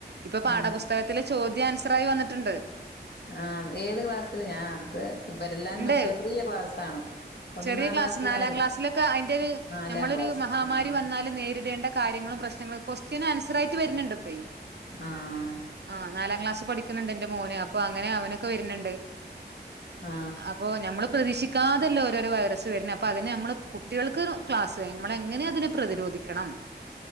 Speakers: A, on the right (about 70°); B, on the left (about 65°).
A: ഇപ്പൊ പാഠപുസ്തകത്തിലെ
B: ആ
A: ചോദ്യാൻസറായി വന്നിട്ട്ണ്ട്.
B: ആഹ്, ഏത് ക്ലാസ്സില് ഞാൻ അത് ഇവരെല്ലാം
A: ഉണ്ട്
B: മ ചെറിയ ക്ലാസ്സാണ് ഒന്നാം
A: ചെറിയ ക്ലാസ്
B: ക്ലാസ്സിലായത്
A: നാലാം ക്ലാസ്സിലൊക്കെ അയിൻ്റൊരു
B: നാലാം
A: ഞമ്മളൊരു
B: ക്ലാസ്
A: മഹാമാരി
B: ആ
A: വ ന്നാല് നേരിടേണ്ട കാര്യങ്ങളും പ്രശ്നങ്ങളും കൊസ്റ്റ്യന് ആൻസറായിട്ട് വര്ണ് ണ്ട്പ്പെയ്
B: ആഹ്
A: ആഹ്, നാലാം ക്ലാസ് പഠിക്ക്ണ് ണ്ട് ന്റെ മോന് അപ്പൊ അങ്ങനെ അവനൊക്കെ വെര്ണ് ണ്ട്.
B: ആ
A: അപ്പൊ ഞമ്മള് പ്രതീക്ഷി ക്കാതല്ലേ ഓരോരോ വൈറസ് വര്ണെ അപ്പൊ അതിനെ ഞമ്മള് കുട്ടികൾക്ക് <unintelligible> ക്ലാസ് <unintelligible> മ്മളെങ്ങനെ അതിനെ പ്രതിരോധിക്കണം